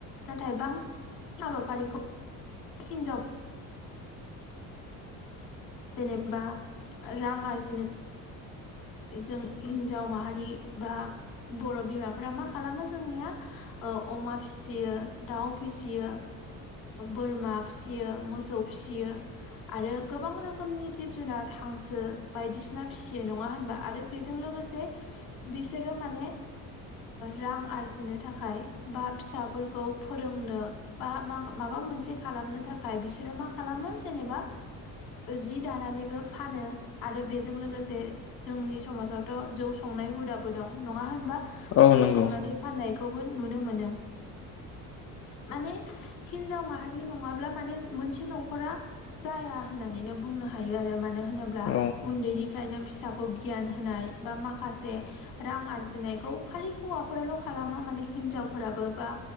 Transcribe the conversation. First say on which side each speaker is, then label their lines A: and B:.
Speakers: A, on the left; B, on the left.
A: नाथाय बांसिन हाबाफारिखौ हिनजाव जेनेबा रां आरजिनो जों हिन्जाव माहारि बा बर' बिमाफोरा मा खालामो जोंनिया अमा फिसियो दाउ फिसियो बोरमा फिसियो मोसौ फिसियो। आरो गोबां रोखोमनि जिब जुनार हांसो बायदिसिना फिसियो नङा होनबा आरो बेजों लोगोसे बिसोरो माने रां आरजिनो थाखाय बा फिसाफोरखौ फोरोंनो बा मा माबा मोनसे खालामनो थाखाय बिसोरो मा खालामो जेनेबा जि दानानैबो फानो आरो बेजों लोगोसे जोंनि समाजावथ' जौ संनाय हुदाबो दं नङा होनबा
B: औ नंगौ औ
A: जौ
B: नंगौ
A: संनानै फाननायखौबो नुनो मोनो। माने हिन्जाव माहारि नङाब्ला माने मोनसे न'खरा जाया होननानैनो बुंनो हायो आरो मानो होनोब्ला
B: औ
A: उन्दैनिफ्रायनो फिसा खौ गियान होनाय बा माखासे रां आरजिनायखौ खालि हौवाफोराल' खालामा माने हिनजावफोराबो बा